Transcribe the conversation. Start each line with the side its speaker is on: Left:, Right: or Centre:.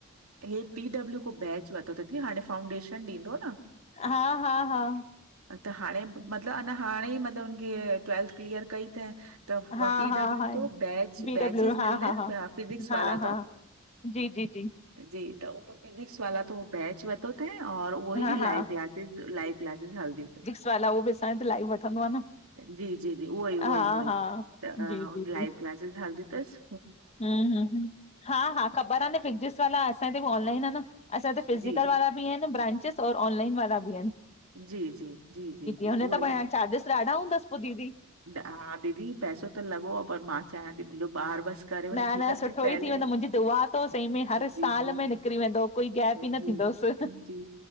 Right: हे पी डब्ल्यू को बैच वरितो तईं दीदी हाणें फाउंडेशन ॾींदो न।
Left: हा-हा-हा
Right: त हाणें, मतिलबु अञा हाणें ई मतलबु उनखे ट्वेल्थ क्लिअर कई त त
Left: हा
Right: पी
Left: हा
Right: डब्ल्यू
Left: हा
Right: तो बैच,
Left: बी
Right: बैचिस
Left: डब्लू हा
Right: मिलंदा
Left: हा हा
Right: ऐन, फिजिक्स
Left: हा
Right: वाला
Left: हा
Right: तो।
Left: जी जी जी
Right: जी, त उत फिजिक्स वाला तो बैच व रतो त और उवो ई
Left: हा
Right: लाइव
Left: हा
Right: क्लासिस, लाइव क्लासिस हलंदी तन।
Left: <unintelligible> उवो बि असांजो त लाइव वठंदो आ न।
Right: जी-जी-जी, उवोई उवोई
Left: हा
Right: उवोई
Left: हा
Right: त
Left: जी जी जी
Right: लाइव क्लासिस हलंदू तस।
Left: हम्म हम्म हा-हा ख़बर आ न फिजिक्स वाला चआति उवो ऑनलाइन आ न? असां त फिज़िकल
Right: जी
Left: वारा ॿि ईय ऐन न ब्रांचिस और ऑनलाइन वारा ॿि आहिनि।
Right: जी जी, जी जी जी
Left: हुन
Right: उवे।
Left: त प चार्जिस ॾाढा हूंदस पो दीदी?
Right: हा दीदी पैसो त लॻो आ, पर मां चाहियां थी मुंहिंजो ॿार बस करे वञे
Left: न-न
Right: ठीकु आहे
Left: सुठो
Right: दीदी पहले
Left: ई थी वेंदो मुंहिंजी दुआ तव सही में, हर
Right: जी
Left: साल
Right: जी
Left: में निकिरी वेंदो कोई गैप
Right: जी
Left: ई न थींदुसि।
Right: जी जी